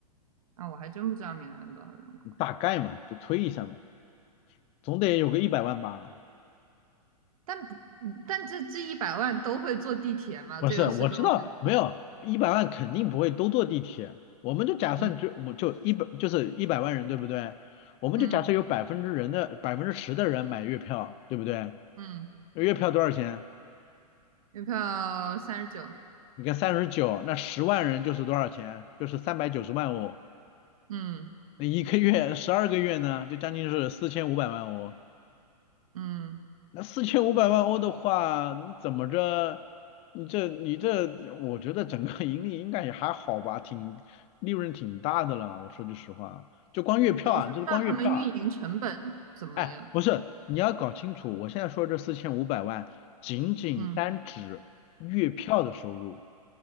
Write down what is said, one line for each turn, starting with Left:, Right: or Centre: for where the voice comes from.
Right: 啊，我还真不知道米兰有多少人口，
Left: 大概嘛，就推一下嘛，总得有个一百万吧。
Right: 但不，嗯但这这一百万都会坐地铁吗？
Left: 不是，
Right: 这又是个问题。
Left: 我知道没有一百万肯定不会都坐地铁，我们就假设就我就一百就是一百万人对不对？
Right: 嗯
Left: 我们就假设有百分之人的百分之十的人买月票对不对？
Right: 嗯嗯，
Left: 那月票多少钱？
Right: 月票三十九。
Left: 你看三十九，那十万人就是多少钱？就是三百九十万哦。
Right: 嗯
Left: 那一个月十二个月呢，就将近是四千五百万哦。
Right: 嗯，
Left: 那四千五百万欧的话，你怎么着？你这你这，我觉得整个盈利应该也还好吧，挺利润挺大的了。我说句实话，就光月票啊，
Right: 主要是不知道他们运营成本怎么样。
Left: 就是光月票啊。哎，不是，你要搞清楚，我现在说这四千五百万，仅仅单指月票的收入。
Right: 嗯